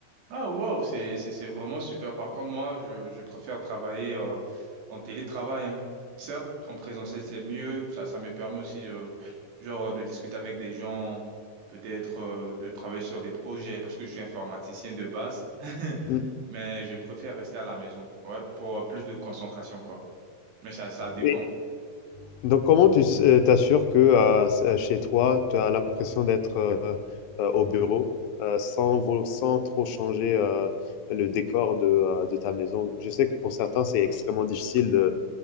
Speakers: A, on the right (about 80°); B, on the left (about 75°).
A: Ah, waouh, c'est, c'est, c'est vraiment super. Par contre, moi, je, je préfère travailler euh, en télétravail. hein. Certes, en présentiel, c'est mieux. Ça, ça me permet aussi de, genre, de discuter avec des gens, peut-être euh, de travailler sur des projets, parce que je suis informaticien de base. <laughs>
B: Mm.
A: Mais je préfère rester à la maison, ouais, pour euh, plus de concentration, quoi. Mais ça, ça dépend.
B: Et Donc, comment tu s- euh, t'assures que euh, s- euh, chez toi, tu as l'impression d'être euh, euh, au bureau euh, sans, vo- sans trop changer euh, le décor de, euh, de ta maison? Je sais que pour certains, c'est extrêmement difficile de,